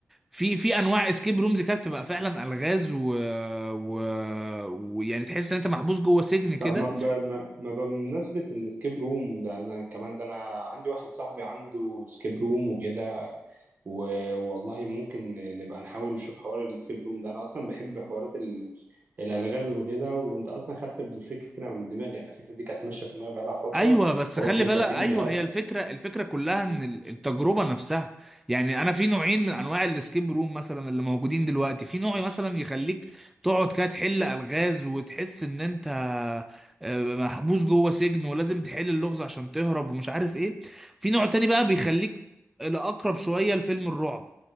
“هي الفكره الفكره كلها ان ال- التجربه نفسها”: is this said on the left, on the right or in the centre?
Centre